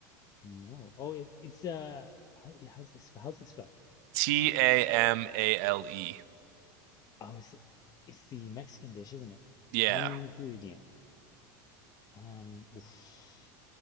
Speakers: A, on the left (about 35°); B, on the right (about 65°).
A: no. Oh, it, it's uh, how, how's it sp- how's it spelled?
B: T A M A L E.
A: Oh, it's it's the Mexican dish, isn't it?
B: Yeah.
A: Primary ingredient. Um, oof.